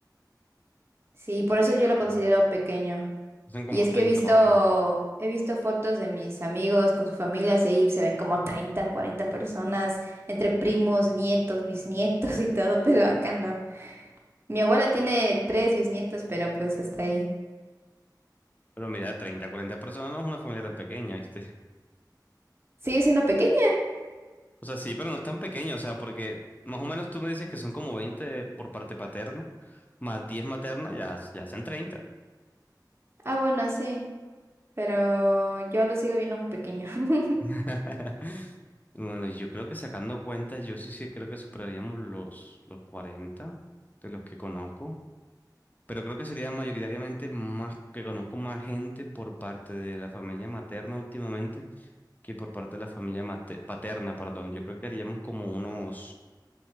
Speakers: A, on the right; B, on the left.
A: Sí, por eso yo
B: Ah,
A: lo considero pequeño.
B: Son como
A: Y es
B: 30
A: que he visto,
B: más o menos.
A: he visto fotos de mis amigos con sus familias y ahí se ven como 30 40 personas entre primos, nietos, bisnietos y todo, pero acá no. Mi abuela tiene tres bisnietos, pero pues hasta ahí.
B: Pero mira, 30, 40 personas no es una familia tan pequeña, ¿viste?
A: ¿Sigue siendo pequeño?
B: O sea, sí, pero no es tan pequeña. O sea, porque más o menos tú me dices que son como 20 por parte paterna, más 10 materna, ya, ya hacen 30.
A: Ah, bueno, sí, pero yo lo sigo viendo muy pequeño. <laughs>
B: <laughs> Bueno, yo creo que sacando cuentas, yo sí, sí creo que superaríamos los, los 40 de los que conozco, pero creo que sería mayoritariamente más que conozco más gente por parte de la familia materna últimamente que por parte de la familia mate- paterna, perdón. Yo creo que haríamos como unos,